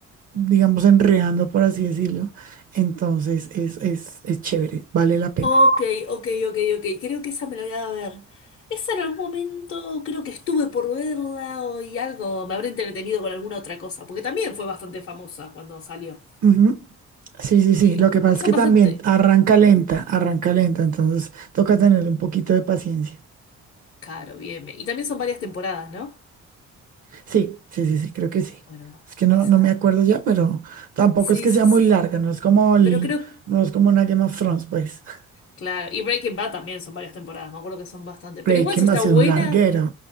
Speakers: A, on the right (about 55°); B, on the left (about 45°).
A: digamos, enredando, por así decirlo. Entonces es, es, es chévere, vale la pena.
B: ok, ok, ok, ok. Creo que esa me la voy a ver. Esa en algún momento creo que estuve por verla o y algo, me habré entretenido con alguna otra cosa, porque también fue bastante famosa cuando salió.
A: Ujú. Sí, sí, sí.
B: Y,
A: Lo que pasa
B: y
A: es
B: son
A: que
B: bastante...
A: también arranca lenta, arranca lenta, entonces toca tenerle un poquito de paciencia.
B: Claro, bien, bien. Y también son varias temporadas, ¿no?
A: Sí, sí, sí, sí, creo que sí.
B: Bueno,
A: Es que no,
B: esa...
A: no me acuerdo ya, pero tampoco
B: Sí,
A: es que
B: sí,
A: sea
B: sí.
A: muy larga, no es como el,
B: Pero creo,
A: no es como una Game of Thrones, pues. <laughs>
B: claro, y Breaking Bad también son varias temporadas, me acuerdo que son bastante. Pero
A: Breaking
B: igual si está
A: va a
B: buena,
A: ser un larguero.